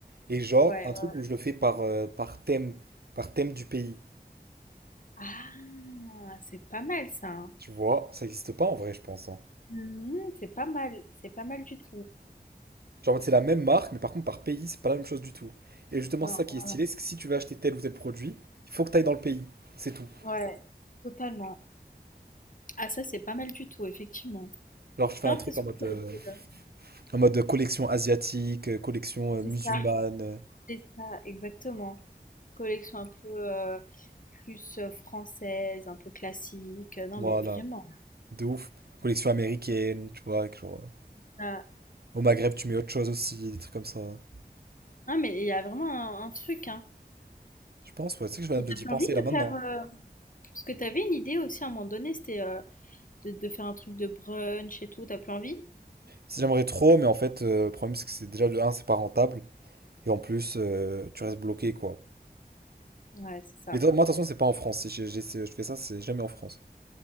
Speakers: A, on the right (about 70°); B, on the left (about 55°).
A: Et genre,
B: ouais, ouais,
A: un truc
B: ouais.
A: où je le fais par, euh, par thème, par thème du pays.
B: Ah, c'est pas mal ça. Hein.
A: Tu vois, ça n'existe pas en vrai, je pense. hein.
B: Mhm, c'est pas mal, c'est pas mal du tout.
A: Genre, en mode, c'est la même marque, mais par contre, par pays, c'est pas la même chose du tout. Et justement,
B: Non,
A: c'est ça qui est stylé,
B: euh,
A: c'est que si tu veux acheter tel ou tel produit, il faut que tu ailles dans le pays. C'est tout.
B: ouais, totalement. Ah, ça, c'est pas mal du tout, effectivement.
A: alors je
B: J'ai
A: fais
B: pas
A: un
B: l'impression
A: truc en mode,
B: que
A: euh,
B: ça a été, euh,
A: en mode collection asiatique, euh, collection euh,
B: c'est
A: musulmane.
B: ça.
A: euh,
B: C'est ça, exactement. Collection un peu, heu, plus, heu, française, un peu classique, euh, non
A: Voilà.
B: mais vraiment,
A: De ouf. Collection américaine, tu vois, avec genre. euh,
B: ça
A: Au Maghreb, tu mets autre chose aussi, des trucs comme ça.
B: non mais il y a vraiment un un truc, hein.
A: Je pense, ouais, tu sais que je viens
B: Et
A: de
B: t'as
A: d'y
B: plus
A: penser
B: envie de
A: là maintenant.
B: faire, heu parce que t'avais une idée aussi à un moment donné, c'était, heu, de de faire un truc de brunch et tout, T'as plus envie?
A: Si j'aimerais trop, mais en fait, euh, le problème c'est que c'est déjà de un c'est pas rentable. Et en plus, euh, tu restes bloqué, quoi.
B: Ouais, c'est ça.
A: Mais toi- moi, de toute façon, c'est pas en France. Si j'ai- j'ai- c'est- je fais ça, c'est jamais en France.